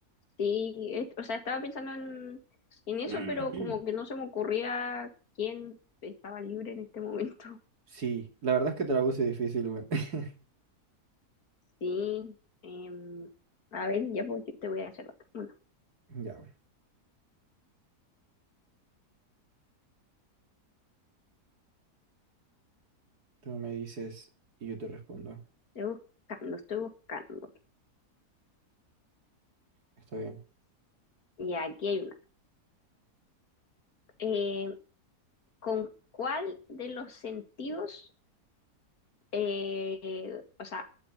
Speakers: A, on the left; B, on the right.
A: sí, es- o sea, estaba pensando en, en eso,
B: <clears throat>
A: pero como que no se me ocurría quién estaba libre en este momento. <laughs>
B: Sí, la verdad es que te la puse difícil, güey. <laughs>
A: Sí, em, a ver, ya pues, yo te voy a hacer otra. Bueno,
B: Ya, tú me dices y yo te respondo.
A: estoy buscando, estoy buscando.
B: Está bien.
A: Y aquí hay una. Eh, ¿con cuál de los sentidos, eh, o sea,